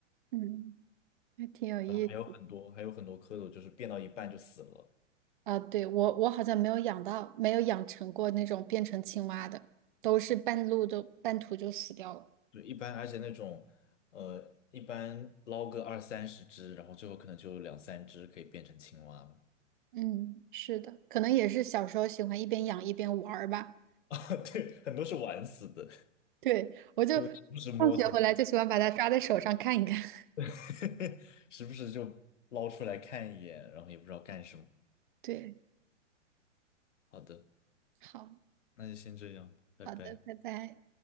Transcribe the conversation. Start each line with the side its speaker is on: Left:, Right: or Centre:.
Right: 嗯 <laughs>，还挺有意思
Left: 然后还有很多还有很多蝌蚪，就是变到一半就死了。
Right: 啊。对，我我好像没有养到，没有养成过那种变成青蛙的，都是半路都半途就死掉了。
Left: 就一般，而且那种呃，一般捞个二三十只，然后最后可能就有两三只可以变成青蛙了。
Right: 嗯，是的，可能也是小时候喜欢一边养一边玩儿吧。
Left: <laughs> 啊，对，很多是玩死的，
Right: 对，我就
Left: 就时不时摸它，
Right: 放学回来就喜欢把它抓在手上看一看。<laughs>
Left: <laughs> 时不时就捞出来看一眼，然后也不知道干什么。
Right: 对，
Left: 好的，
Right: 好，
Left: 那就先这样，拜拜。
Right: 好的，拜拜。